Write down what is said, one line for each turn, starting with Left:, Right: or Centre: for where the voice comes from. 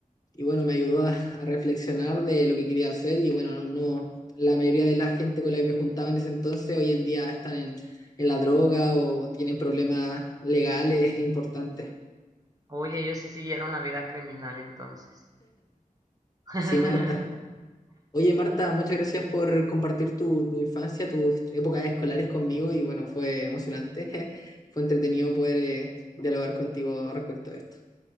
Left: y bueno, me ayudó a, a reflexionar de lo que quería hacer y bueno, no, no, la mayoría de la gente con la que me juntaba en ese entonces hoy en día están en, en la droga o tienen problemas legales importantes.
Right: Oye, ellos sí siguieron la vida criminal entonces. <laughs>
Left: Sí, Marta. Oye, Marta, muchas gracias por compartir tu, tu infancia, tus épocas escolares conmigo y bueno, fue emocionante, <laughs> fue entretenido poder eh, dialogar contigo respecto a esto.